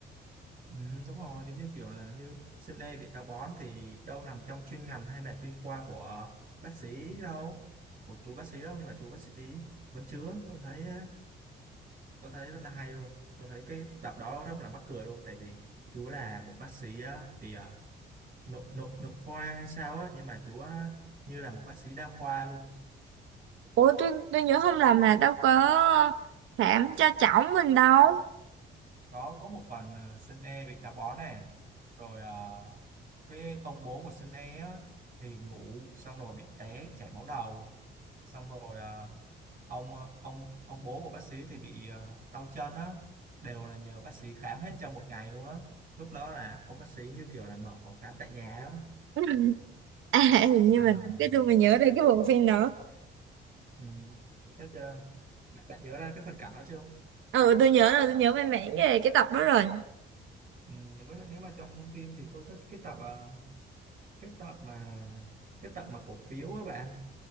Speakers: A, on the right (about 45°); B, on the right (about 80°).
A: Ừ, đúng rồi, giống như kiểu là như sinh e bị táo bón thì đâu nằm trong chuyên ngành hay là chuyên khoa của bác sĩ đâu, của chú bác sĩ đâu, nhưng mà chú bác sĩ vẫn chứa, tôi thấy tôi thấy rất là hay luôn. Tôi thấy cái tập đó rất là mắc cười luôn tại vì chú là một bác sĩ á, vì à, nội nội nội khoa hay sao á, nhưng mà chú á, như là một bác sĩ đa khoa luôn.
B: ủa tôi tôi nhớ không lầm là đâu có khám cho cháu mình đâu
A: có có một phần ờ, Sun E bị táo bón này rồi ờ, cái ông bố của Sun E á, thì ngủ xong rồi bị té chảy máu đầu xong rồi ờ, ông ờ, ông ông bố của bác sĩ thì bị ờ, đau chân á đều là nhờ bác sĩ khám hết trong một ngày luôn á lúc đó là ông bác sĩ như kiểu là mở phòng khám tại nhà á
B: <laughs> à, hình như
A: à,
B: mình cái tôi mà nhớ
A: vậy
B: đây
A: chắc
B: cái bộ phim đó
A: ừ, chắc ờ, bạn, bạn nhớ ra cái phần cảnh đó chưa
B: ừ tôi nhớ rồi tôi nhớ về mảng về cái tập đó rồi
A: ừ, với lại nếu mà trong phim thì tôi thích cái tập ờ, cái tập mà cái tập mà cổ phiếu á bạn